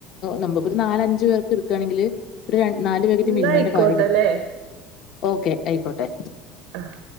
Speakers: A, on the left (about 45°); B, on the right (about 75°).
A: നമ്മുക്ക് ഒരു നാലഞ്ചു പേർക്ക് എടു ക്കണെങ്കിൽ ഒരു നാല് പാക്കറ്റ്
B: എന്നാ
A: മിൽമേന്റെ
B: ആയിക്കോട്ടല്ലേ
A: പാലെടു ഓക്കെ ആയിക്കോട്ടെ
B: ആഹ്